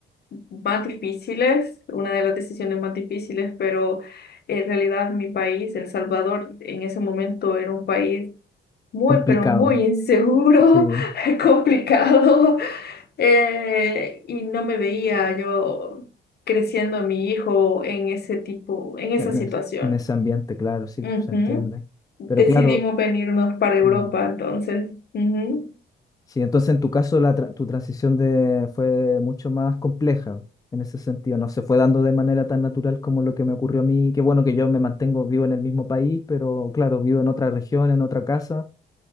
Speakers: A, on the left (about 55°); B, on the left (about 20°).
A: más difíciles, una de las decisiones más difíciles, pero en realidad mi país, El Salvador, en ese momento era un país muy,
B: Complicado,
A: pero muy inseguro,
B: sí,
A: <laughs> complicado, eh, y no me veía yo creciendo a mi hijo en ese tipo, en esa
B: en,
A: situación.
B: es- en ese ambiente, claro, sí,
A: Ujú.
B: se entiende.
A: Decidimos
B: Pero claro,
A: venirnos para Europa,
B: mm,
A: entonces. ujú.
B: Sí, entonces en tu caso la tra- tu transición de, fue mucho más compleja en ese sentido. No se fue dando de manera tan natural como lo que me ocurrió a mí. Qué bueno que yo me mantengo vivo en el mismo país, pero claro, vivo en otra región, en otra casa.